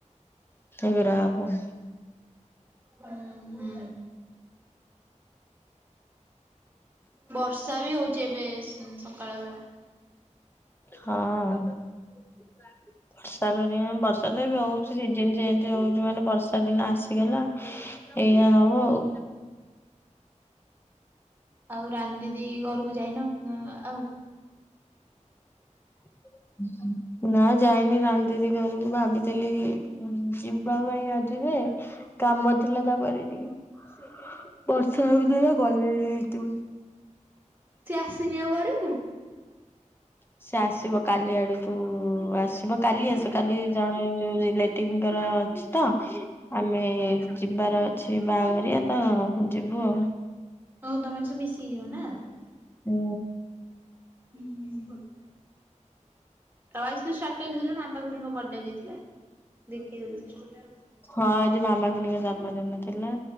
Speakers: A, on the left; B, on the right.
A: ଏଇରା ହବ।
B: ହୁଁ ହୁଁ। ବର୍ଷା ବି ହଉଛି ଏବେ ସକାଳ ବେଳା।
A: ହଁ ବର୍ଷା କରିବା ବର୍ଷା ତ ଏବେ ହଉଛି ସିଜନ ଚେ ଞ୍ଜ ହଉଛି ମାନେ ବର୍ଷା ଦିନ ଆସିଗଲା ଏଇଆ ହବ ଆଉ।
B: ଆଉ ରାନୀ ଦିଦି ଘରକୁ ଯାଇନ, ଆଉ?
A: <inaudible> ନା ଯାଇନି ରାନୀ ଦିଦି ଘରକୁ ଭାବିଥିଲି କି ଯିବା ପାଇଁ ଆଜି ଯେ କାମ ଥିଲା ତା ପାଖରେ ଟିକେ। ବର୍ଷା ହେ ଭିତରେ ଗଲେ ହେଇଥ
B: ସେ ଆସିନି ଆଉ ଘରକୁ?
A: ସେ ଆସିବ କାଲି ଆଡ଼କୁ ଉ ଆସିବ କାଲି ଆସ କାଲି ଜଣେ ଯୋଉ ଲେଟିଙ୍କର ଅଛି ତ ଆମେ ଯିବାର ଅଛି ବାହାଘରିଆ ତ ଯିବୁ ଆଉ।
B: ହଉ ତମେମାନେ ସବୁ ମିଶିକି ଯିବ ନା?
A: ହୁଁ।
B: <inaudible> ତମେ ଆଜି ଯୋଉ ସ୍ଟାଟସ ଦେଲ ମାମା ଖୁଡ଼ିଙ୍କ ବଡ଼େ ଆଜି ଥିଲା ଦେଖିଥିଲି ସେ ସ୍ଟାଟସ ଟା।
A: ହଁ ଆଜି ମାମା ଖୁଡ଼ିଙ୍କ ଜନ୍ମଦିନ ଥିଲା